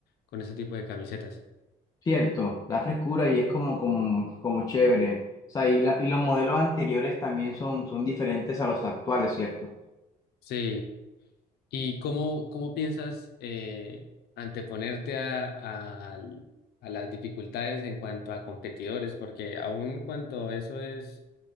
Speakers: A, on the left; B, on the left.
A: con ese tipo de camisetas.
B: cierto, da frescura y es como, como, como chévere. O sea, y, la- y los modelos anteriores también son, son diferentes a los actuales, ¿cierto?
A: Sí. ¿Y cómo, cómo piensas eh, anteponerte a, al- a las dificultades en cuanto a competidores? Porque aun cuando eso es